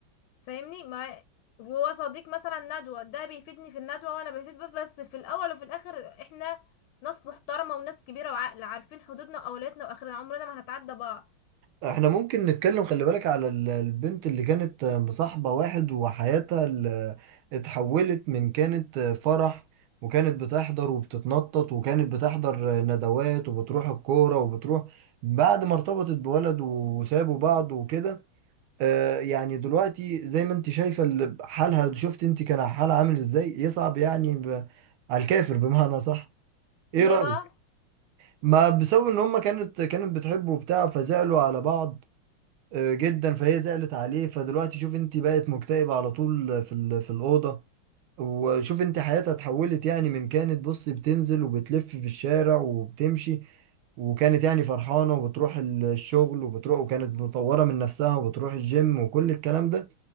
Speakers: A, on the left; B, on the right.
A: فاهمني ما وهو صديق مثلا ندوة ده بيفيدني في الندوة وانا بفيد بيه، بس في الاول وفي الاخر احنا ناس محترمة وناس كبيرة وعاقلة عارفين حدودنا واولوياتنا واخرنا عمرنا ما هنتعدى بعض
B: احنا ممكن نتكلم خلي بالك على ال- البنت اللي كانت مصاحبة واحد وحياتها ال- اتحولت من كانت فرح وكانت بتحضر وبتتنطط وكانت بتحضر ندوات وبتروح الكورة وبتروح بعد ما ارتبطت بولد وسابوا بعض وكده اه يعني دلوقتي زي ما انت شايفة ال- حالها شفت انت كان حالها عامل ازاي يصعب يعني ب... على الكافر بمعنى صح
A: ليه
B: ايه رأيك
A: بقى
B: ما بسبب ان هما كانت كانت بتحب وبتاع فزعلوا على بعض آه، جدا فهي زعلت عليه فدلوقتي شوف انت بقت مكتئبة على طول في ال- في الأوضة وشوف انت حياتها اتحولت يعني من كانت بص بتنزل وبتلف في الشارع وبتمشي وكانت يعني فرحانة وبتروح ال- الشغل وبتروح وكانت مطورة من نفسها وبتروح الجيم وكل الكلام ده